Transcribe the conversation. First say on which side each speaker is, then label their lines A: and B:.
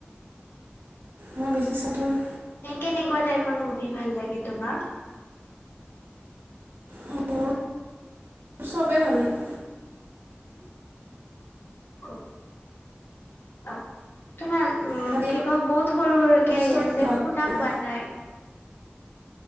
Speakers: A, on the right; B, on the left.
A: মই বেছি চাথুৰ।
B: কেনেকুৱা টাইপৰ মুভি ভাল লাগে তোমাক?
A: মোৰ চবেই ভাল লাগে।
B: অ অ। <unintelligible> তোমাৰ উম
A: খালী
B: কি কয় বহুত সৰু সৰুকে
A: অলপ ষ্টৰি
B: আহি আছে
A: ভাল
B: শুনা
A: লাগে
B: পোৱা নাই।